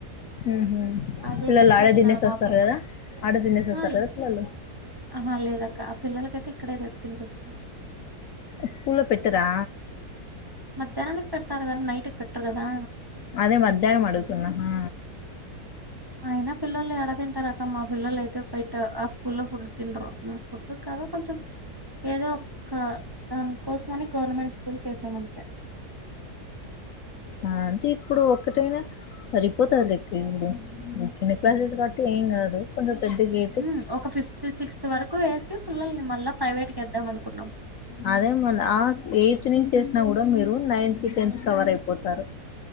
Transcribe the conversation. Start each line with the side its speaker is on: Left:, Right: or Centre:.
Left: ఊహూ
Right: అదే
Left: పిల్లలు
Right: పెడితే
Left: ఆడే
Right: తినరు
Left: తినేసి
Right: మా
Left: వస్తారు
Right: పిల్ల
Left: కదా ఆడే తినేసి వస్తారు
Right: ఆ ల్-
Left: కదా పిల్లలు
Right: ఆహా లేదక్క ఆ పిల్లలకైతే ఇక్కడే చెప్పింది <inaudible>
Left: స్కూల్లో పెట్టరా
Right: మధ్యానానికి పెడతారు కానీ నైటుకు పెట్టరు కదా
Left: అదే మధ్యానం అడుగుతున్నా హా
Right: అయినా పిళ్ళోళ్ళు యాడ తింటారు అక్క మా పిల్లలు అయితే బయట ఆ స్కూల్లో ఫుడ్ తినరు <inaudible> ఫుడ్ కదా కొంచెం ఏదో ఒక్క దాని కోసం అని గవర్నమెంట్ స్కూల్ కు వేసాం అంతే
Left: ఆ అంతే ఇప్పుడు ఒక్కటైనా సరిపోతాది లెక్ ఇ <inaudible> చిన్న క్లాసెస్ యే కాబట్టి ఏం కాదు కొంచం పెద్ద గే
Right: ఉమ్ ఒక ఫిఫ్త్ సిక్స్త్ వరకూ ఏసి పిల్లల్ని మళ్ళా ప్రైవేట్ కి ఏద్దాం అనుకున్నాం
Left: అదేం ఉంది ఆస్ ఎయిత్ నుంచి ఏసినా కూడా మీరు నైన్త్ కి టెన్త్ కి కవర్ అయిపోతారు